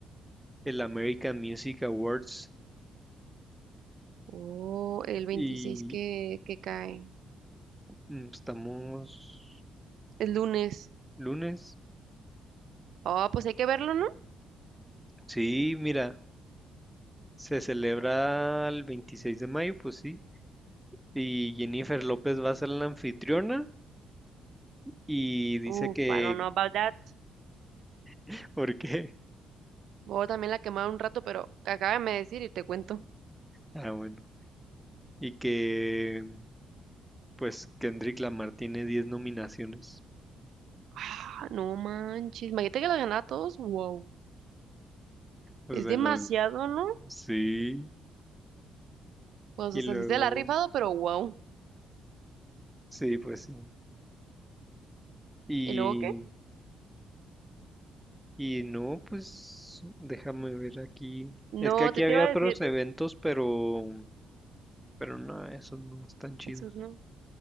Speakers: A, in the centre; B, on the right.
A: el American Music Awards.
B: Oh, el 26
A: Y
B: que, que cae.
A: mm, estamos
B: El lunes.
A: lunes.
B: Oh, pues hay que verlo, ¿no?
A: Sí, mira. Se celebra el 26 de mayo, pues sí. Y Jennifer López va a ser la anfitriona y dice
B: Uf,
A: que...
B: I don't know about that.
A: <laughs> ¿Por qué?
B: Voy también la quemar un rato, pero acábame de decir y te cuento.
A: Ah, bueno. Y que pues Kendrick Lamar tiene 10 nominaciones.
B: Ah, no manches. Imagínate que la ganaba a todos. Wow.
A: O
B: Es
A: sea,
B: demasiado,
A: en los...
B: ¿no?
A: Sí.
B: Pues,
A: Y
B: o
A: luego...
B: sea, sí se la ha rifado, pero wow.
A: Sí, pues sí. Y,
B: ¿Y luego qué?
A: y no, pues déjame ver aquí.
B: No,
A: Es que aquí
B: te
A: había
B: te iba
A: otros
B: a decir.
A: eventos, pero, pero no, esos no están chidos.
B: Eso no.